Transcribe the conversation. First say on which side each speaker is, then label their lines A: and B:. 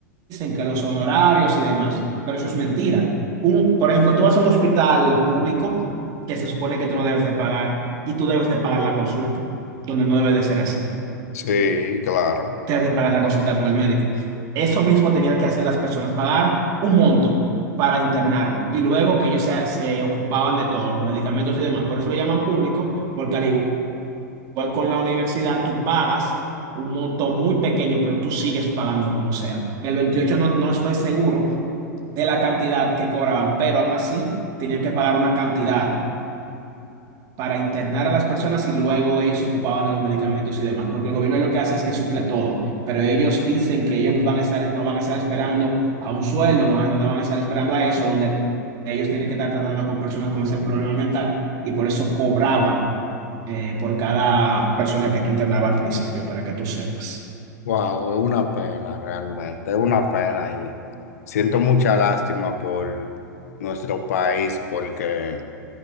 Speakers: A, on the right; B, on the left.
A: dicen que los honorarios y demás, pero eso es mentira. Un, por ejemplo, tú vas a un hospital público que se supone que tú no debes de pagar y tú debes de pagar la consulta, donde no debe de ser así
B: Sí, claro.
A: te has de pagar la consulta con el médico. Eso mismo tenía que hacer las personas, pagar un monto para internarlo y luego que ellos se, se ocupaban de todos los medicamentos y demás. Por eso lo llaman público, porque al igual con la universidad, tú pagas un monto muy pequeño, pero tú sigues pagando como sea. En el 28 no, no estoy seguro de la cantidad que cobraban, pero aún así tenían que pagar una cantidad para internar a las personas y luego ellos se ocupaban de los medicamentos y demás, porque el gobierno lo que hace es que suple todo, pero ellos dicen que ellos van a estar, no van a estar esperando a un sueldo, no van, no van a estar esperando a eso, donde ellos tienen que estar tratando con personas con ese problema mental y por eso cobraban eh, por cada persona que tú internabas al principio, para que tú sepas.
B: Wow, es una pena realmente, es una pena y siento mucha lástima por nuestro país porque